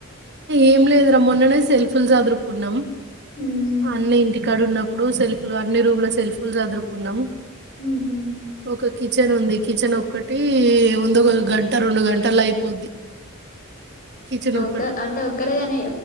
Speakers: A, on the right; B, on the left.
A: ఏం లేదురా మొన్ననే సెల్ఫ్ లు చదురుకున్నాం
B: ఉమ్
A: అన్న ఇంటికాడ ఉన్నప్పుడు ఇప్పుడు సెల్ఫులు అన్ని రూమ్ లో సెల్ఫులు చదురుకున్నాం.
B: ఉహు
A: ఒక్క కిచెన్ ఉంది. కిచెన్ ఒక్కటి ముంద ఒక గంట రెండు గంటలు అయిపోద్ది కిచెన్లో
B: ఒ అంటే ఒక్కరిదనే